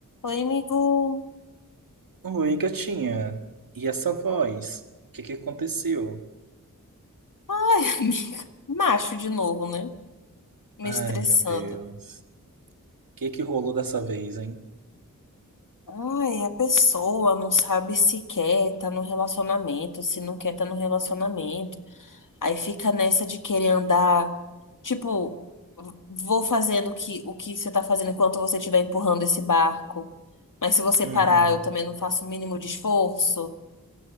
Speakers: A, on the left; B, on the right.
A: Oi, amigo.
B: Oi, gatinha. E essa voz? O que que aconteceu?
A: Ai, <laughs> amiga. Macho de novo, né? Me
B: Ai,
A: estressando.
B: meu Deus. O que que rolou dessa vez, hein?
A: Ai, a pessoa não sabe se quer tá no relacionamento, se não quer tá no relacionamento. Aí fica nessa de querer andar, tipo, vou fazendo o que, o que você tá fazendo enquanto você estiver empurrando esse barco. Mas se você
B: Uhum.
A: parar, eu também não faço o mínimo de esforço.